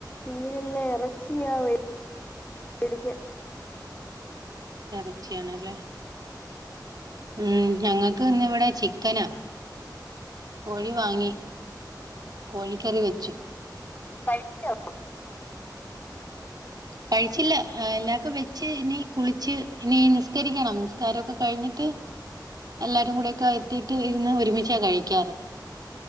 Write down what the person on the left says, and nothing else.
മീനല്ല എറച്ചിയാ വേടിച്ചേ.
കഴിച്ചോ?